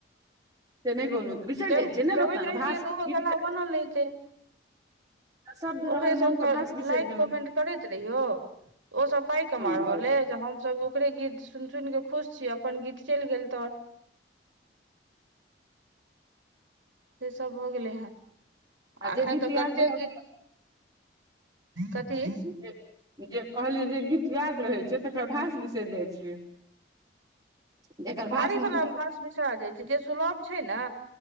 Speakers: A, on the right; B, on the right.
A: से नहि बोललहुँ तऽ बिसरि
B: जब
A: जाइ छियै ने लोक
B: गबैत
A: तहन
B: रहे
A: भाष
B: छियै तऽ ओहो
A: गीत
B: गला बनल रहे छैय।
A: शब्द
B: ओकरे
A: रहल
B: सभके
A: मोन तऽ भाष बिसरि
B: लाइक
A: गेलहुँ
B: कमेंट करैत रहियौ। ओसभ पाइ कमा
A: हँ
B: रहल
A: बस
B: ऐ जे हमसभ ओकरे गीत सुनि सुनि कऽ खुश छी अपन गीत चलि गेल त सेसभ भऽ गेलै हन
A: आ
B: एखन
A: जे गीत
B: तऽ
A: याद
B: कतेक
A: रहल
B: गीत कथी
A: जे जे कहली जे गीत याद रहै से तकर भास बिसरि जाइ छियै जेकर भाषमन
B: भारीवला भास बिसरा जाई छै जे सुलभ छै ने